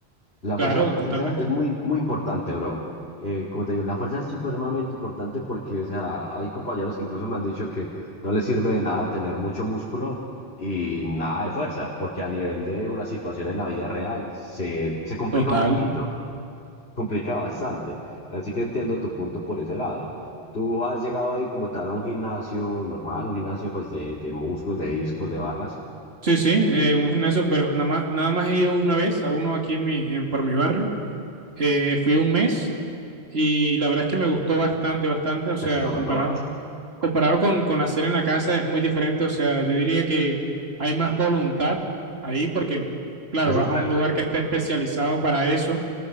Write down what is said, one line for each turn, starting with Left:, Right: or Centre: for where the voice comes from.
Left: La
Right: claro,
Left: fuerza, la
Right: totalmente.
Left: fuerza es muy, muy importante, bro. Eh, como te digo, la fuerza es supremamente importante porque, o sea, hay compañeros que incluso me han dicho que no les sirve de nada tener mucho músculo y nada de fuerza, porque a nivel de una situación en la vida real se, se complica
Right: Total.
Left: un poquito, complica bastante. Así que entiendo tu punto por ese lado. ¿Tú has llegado a ir como tal a un gimnasio normal, un gimnasio pues de, de músculos, de discos, de barras?
Right: Sí, sí, eh, un gimnasio, pero nada más, nada más he ido una vez a uno aquí en mi, en- por mi barrio. Eh, fui un mes y la verdad es que me gustó bastante, bastante, o sea,
Left: Es lo
Right: comparado,
Left: mejor.
Right: comparado con, con hacer en la casa es muy diferente, o sea, yo diría que hay más voluntad ahí porque, claro,
Left: Es
Right: vas
Left: un
Right: a un
Left: reto.
Right: lugar que está especializado para eso,